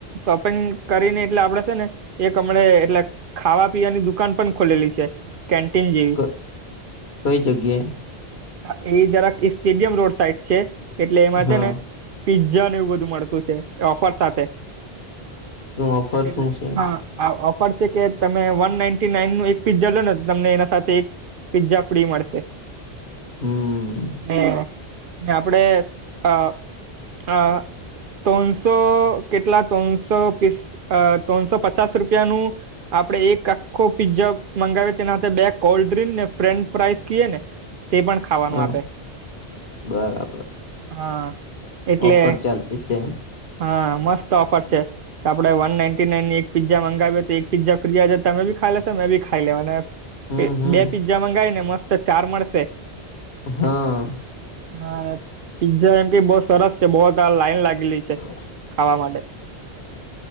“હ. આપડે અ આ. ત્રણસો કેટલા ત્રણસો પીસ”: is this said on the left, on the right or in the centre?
Right